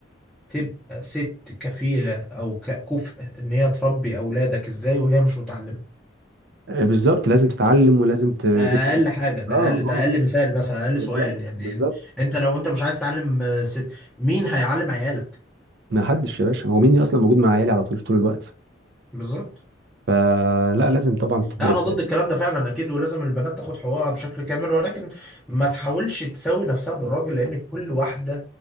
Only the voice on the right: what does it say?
آه، بالظبط لازم تتعلم ولازم ت- تدرس
اه اه
بالظبط
بالظبط
ما حدش يا باشا هو مين اصلا موجود مع عيالي على طول طول الوقت
آه لا لازم طبعا تدرس
ولازم